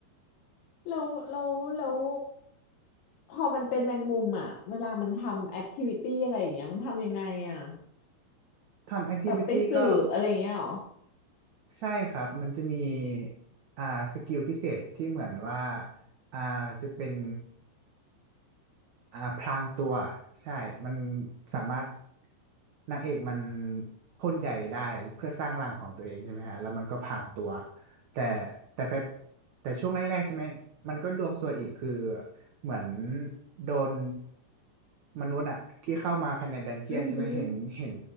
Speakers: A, on the left; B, on the right.
A: แล้วแล้วแล้วพอมันเป็นแมงมุมอ่ะเวลามันทำแอคทิวิตี้อะไรอย่างเงี้ยมันทำยังไงอ่ะ
B: ทำแอคทิวิตี้ก็
A: แบบไปสืบอะไรอย่างเงี้ยเหรอ
B: ใช่ครับมันจะมีอ่าสกิลพิเศษที่เหมือนว่าอ่าจะเป็น อ่าพรางตัวใช่มันสามารถนางเอกมันพ่นใหญ่ได้เพื่อสร้างรังของตัวเองใช่ไหมฮะแล้วมันก็พรางตัวแต่แต่ไปแต่ช่วงแรกๆใช่ไหมมันก็ดวงซวยอีกคือเหมือนโดนมนุษย์อะที่เข้ามาภายในดันเจียนใช่ไหมเห็นเห็น
A: อือหือ